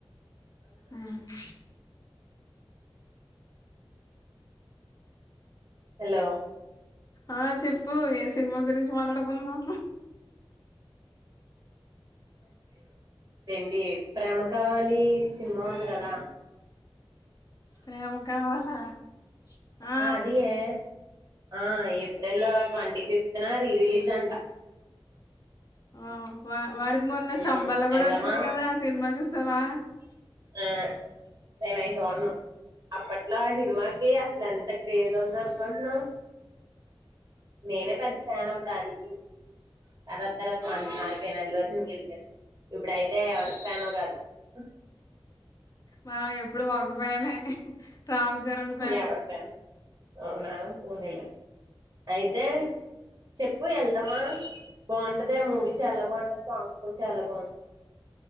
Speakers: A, on the left; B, on the right.
A: ఆవును
B: హలో
A: ఆ చెప్పు ఏ సినిమా గురించి మాట్లాడుకుందాం
B: దేంటి ప్రేమకావలి సినిమా ఉంది కదా
A: ప్రేమ కావాలా ఆ
B: ఆది ఏ ఆ ఏప్రిల్ ట్వంటీ ఫైవ్ జనవరి రిలీజ్ అంట
A: ఆ వా వాడిది మొన్న
B: ఉమ్
A: సంబల
B: వెళ్దామా
A: గూడా వచ్చింది గదా ఆ సినిమా చూసావా
B: ఆ నేను ఐ సున్నా అప్పట్లో ఆ సినిమాకి ఎంత ఎంత క్రేజ్ ఉంది అనుకుంటున్నవ్ నేనే పెద్ద ఫ్యానప్పుడు అదికి తర్వాత తర్వాత మారిపోయిన అల్లుఅర్జున్ కి ఏలిపోయా ఇప్పు ఐ దే ఎవరికి ఫ్యాన్ గాదు <unintelligible>
A: మనం ఎప్పుడు ఒక ఫ్యాన్ నే రామ్ చరణ్
B: ఎవరి ఫ్యాను అవునా పోనీలే అయితే చెప్పు ఎళ్దమా బాగుంటది ఆ మూవీ చాలా బాగుంటది సాంగ్స్ కూడా చాలా బాగుంటాయి